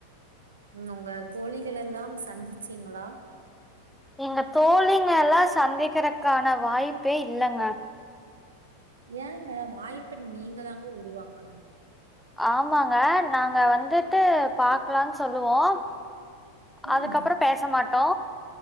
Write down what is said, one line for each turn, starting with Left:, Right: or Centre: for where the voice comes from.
Right: உம் உங்க தோழிகள் எல்லாம் சந்திச்சீங்களா
Centre: எங்க தோழிங்க எல்லாம் சந்திக்கிறதுக்கான வாய்ப்பே இல்லங்க
Right: எங்க வாய்ப்பு நீங்க தாங்க உருவாக்கணு
Centre: ஆமாங்க நாங்க வந்துட்டு பாக்கலானு சொல்லுவோ
Right: ம்
Centre: அதுக்கப்புறோ பேச மாட் ஹலோ